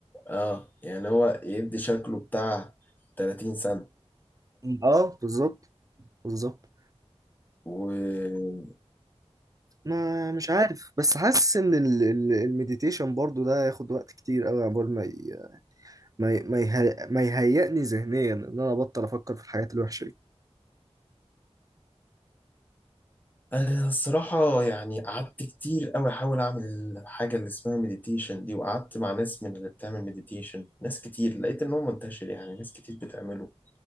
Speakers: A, on the left; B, on the right.
A: اه يعني هو يدي شكله بتاع 30 سنة
B: مم. اه بالظبط بالظبط
A: مثلا
B: ما مش عارف بس حاسس ان ال- ال- المديتيشن برضو ده ياخد وقت كتير قوي عقبال ما ي... ما ي... ما, يهي... ما يهيئني ذهنيا ان انا ابطل افكر في الحاجات الوحشه دي
A: أنا الصراحة يعني قعدت كتير أوي أحاول أعمل حاجة اللي اسمها مديتيشن دي وقعدت مع ناس من اللي بتعمل مديتيشن ناس كتير لقيت إن هو منتشر يعني ناس كتير بتعمله